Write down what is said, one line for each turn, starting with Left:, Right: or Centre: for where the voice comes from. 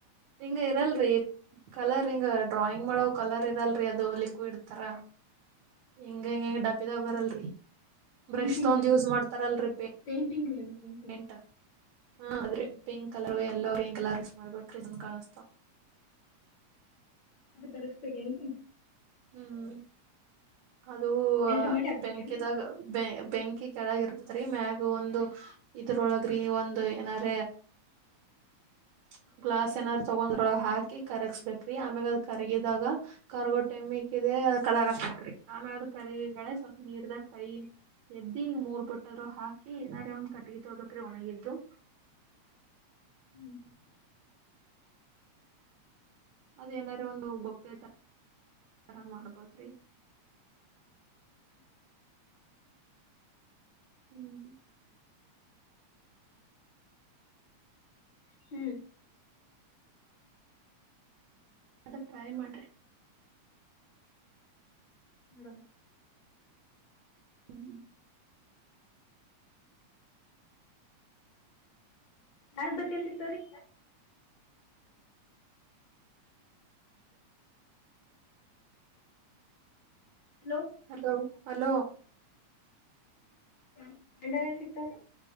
Right: ಹಿಂಗ ಇರಲ್ರಿ
Left: ಮಾಡಿ
Right: ಕಲರ್ ಹಿಂಗ ಡ್ರಾಯಿಂಗ್ ಮಾಡೋ ಕಲರ್ ಇರಲ್ರರಿ ಅದು ಲಿಕ್ವಿಡ್ ತರ. ಹಿಂಗ ಗೆ ಡಬ್ಬಿದ ಬರಲ್ರಿ ಬ್ರಷ್
Left: ಪೇಂಟಿಂಗ್
Right: ತೊಂದ್
Left: ರೀ ಅದು
Right: ಯೂಸ್ ಮಾಡ್ತ <unintelligible> ಪೇಂಟ್
Left: ಪೇಂಟಿಂಗ್ ರೀ ಅದು ಪೇಂಟಿಂಗ್
Right: ಹ ಅದ್ರಿ
Left: ಹಾ ರೀ
Right: ಪಿಂಕ್ ಕಲರ್ ಎಲ್ಲೋ. ಪಿಂಕ್ ಕಲರ್ಸ್ ಮಾಡ್ಬೇಕ್ರೀ ಇದನ್ ಕಾಣಿಸ್ತ
Left: ಅದು ತರಸ್ಬೇಕೆನ್ರಿ
Right: ಹ್ಮ್ ಅದು
Left: ಮೆಲ್ಟ್ ಮಾಡಿ ಹಾಕ್ಬೇಕೇನ್ರಿ
Right: ಬೆಂಕಿದಾಗ ಬೆ ಬೆಂಕಿ ಕೆಳಗ್ ಇರ್ತದ್ ರೀ ಮ್ಯಾಗ್ ಒಂದು ಇದ್ರೊಳಗ್ರಿ ಒಂದು ಏನಾರ. <unintelligible> ಗ್ಲಾಸ್ ಏನಾದಾರರು ತೊಗೊಂಡ್ರೊಳಗೆ ಹಾಕಿ ಕರಗಸ್ಬೇಕ್ರಿ ಆಮ್ಯಾಗ್ ಅದ್ ಕರಗಿದಾಗ ಕರ್ಗ ಟಮ್ಮಿಕ್ಕ ಇದೆ ಅದ ಕಲರ್ ಹಾಕ್ಬಡ್ರಿ ಆಮೇ ಕರಿಗಳ ಸ್ವಲ್ಪ ನೀರ್ದಾಗ ಕೈ ಎದ್ದಿ ಹಿಂಗ ಮೂರ್ ಬೊಟ್ಟದ್ರು ಹಾಕಿ ಏನಾರ ಒಂದ ಕಟ್ಗಿ ತೊಗಬಿಕ್ರಿ ಒಣಗಿದ್ದು. <inaudible>
Left: ಹ್ಮ್
Right: ಅದೇನಾರ ಒಂದು ಬೊಕ್ಕೆತ ಆರಾಮ್ ಮಾಡ್ಬೋದ್ರಿ, ಹ್ಮ್
Left: ಹ್ಮ್
Right: ಅದಕ್ ಟ್ರೈ ಮಾಡ್ರಿ
Left: ಮಾಡ ನ
Right: ಹ್ಮ್
Left: ನಾನ ಗೊತ್ತಲ್ತಿತ್ತವ್ರಿ ಲೋ
Right: ಹಲೋ ಹಲೋ
Left: ಹ ಮಂಡಾರ್ ಎಲ್ ಸಿಕ್ತವ್ರೀ